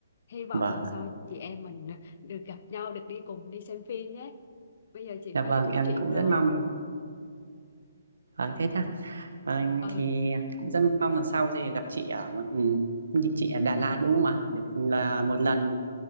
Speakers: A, on the left; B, on the right.
A: hy vọng
B: vâng
A: lần sau
B: ạ
A: chị em mình được gặp nhau được đi cùng đi xem phim nhé bây giờ chị
B: dạ
A: phải
B: vâng
A: đi công
B: em
A: chuyện
B: cũng
A: rồi
B: rất mong vâng thế ta vâng
A: ừ
B: thì cũng rất mong lần sau thì gặp chị ở một chị ở Đà Lạt đúng không ạ được là một lần